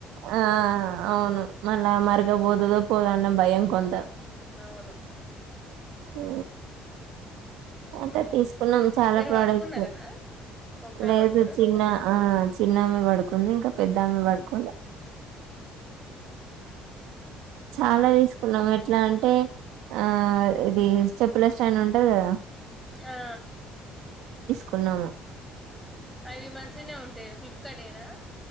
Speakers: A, on the right; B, in the centre.
A: ఆ అవును మళ్ళా మరకా బోదాదో పోదన్న భయంం కొంత
B: అవును
A: ఆ అంత తీస్ కున్నాం చాలా
B: ఇద్దరు
A: ప్రోడక్ట్స్
B: పడుకున్నారా ఒక్కరే
A: లేదు
B: పడుకున్నారా
A: చిన్న
B: ఎవరు
A: ఆ చిన్నమే పడుకుంది ఇంకా పెద్దమ పడుకోలా చాలా తీసుకున్నాం ఎట్లా అంటే ఆ ఇది చెప్పుల స్టైండ్ ఉంటది కదా
B: ఆ ఆ
A: కున్నాము
B: అవి మంచినే ఉంటాయి ఫ్లిప్కార్ట్ ఏనా